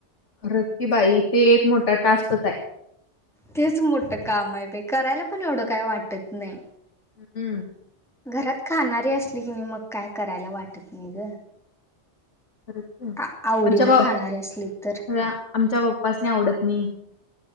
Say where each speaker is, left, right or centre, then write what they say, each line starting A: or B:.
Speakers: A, on the left; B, in the centre.
A: खरज की बाई, ते एक मोठा टास्कच आहे
B: तेच मोठं काम आहे पेकी करायला पण एवढं काय वाटत नाही.
A: हम्म
B: घरात खाणारी असली की नाही मग काय करायला वाटत नाही ग,
A: खरच
B: आ- आवडीनं
A: आमच्या बा
B: खाणारे असली तर
A: ख आमच्या बा तपासणी आवडत नाही.